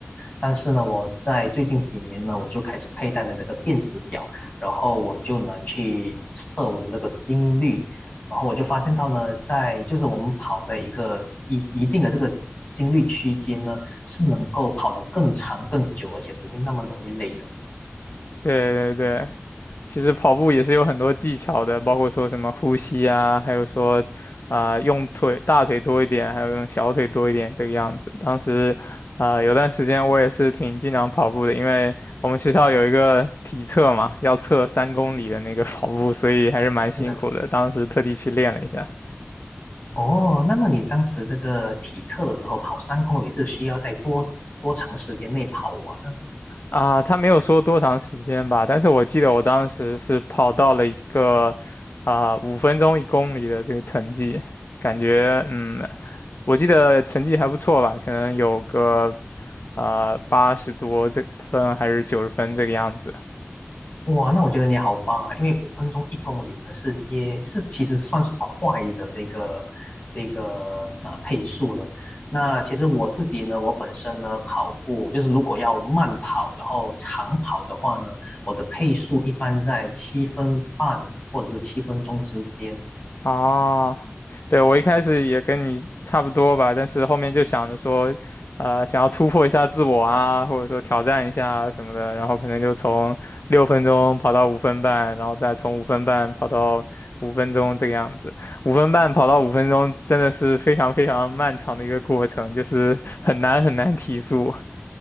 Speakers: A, on the left (about 35°); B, on the left (about 55°).
A: 但是呢，我在最近几年呢，我就开始佩戴了这个电子表，然后我就能去测我的这个心率，然后我就发现到呢，在就是我们跑在一个一一定的这个心率区间呢，是能够跑得更长更久，而且不会那么容易累的。
B: 对对对，其实跑步也是有很多技巧的，包括说什么呼吸啊，还有说啊、用腿大腿多一点，还有用小腿多一点这个样子。当时啊、有段时间我也是挺经常跑步的，因为我们学校有一个体测嘛，要测三公里的那个跑步，所以还是蛮辛苦的。
A: 是的。
B: 当时特地去练了一下。
A: 哦，那么你当时这个体测的时候，跑三公里是需要在多多长时间内跑完呢？
B: 啊，他没有说多长时间吧，但是我记得我当时是跑到了一个啊五分钟一公里的这个成绩，感觉嗯，我记得成绩还不错吧，可能有个啊八十多这分还是九十分这个样子。
A: 哇，那我觉得你好棒啊！因为五分钟一公里呢，是接是其实算是快的这个这个呃配速了。那其实我自己呢，我本身呢跑步就是如果要慢跑，然后长跑的话呢，我的配速一般在七分半或者是七分钟之间。
B: 哦，对，我一开始也跟你差不多吧，但是后面就想着说，呃，想要突破一下自我啊，或者说挑战一下啊什么的，然后可能就从六分钟跑到五分半，然后再从五分半跑到五分钟这个样子。五分半跑到五分钟真的是非常非常漫长的一个过程，就是很难很难提速。